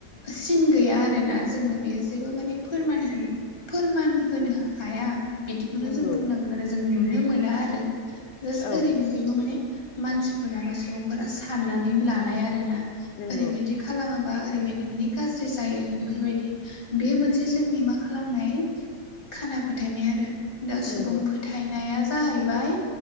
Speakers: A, on the left; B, on the left.
A: सिन गैया आरोना जोंनो बेयो जेबो माने फोरमान होनो फोरमान होनो हाया बिदिखौनो
B: नंगौ
A: जों बुंनांगोन आरो जों नुनो मोना आरो जास्ट
B: औ
A: ओरैनो माने मानसिफोरा बा सुबुंफोरा साननानै लानाय आरोना
B: नंगौ
A: ओरैबायदि खालामोबा ओरैबायदि माने गाज्रि जायो बेफोरबायदि बे मोनसे जोंनि मा खालामनाय खाना फोथायनाय आरो दा
B: नंगौ
A: सुबुं थायनाया जाहैबाय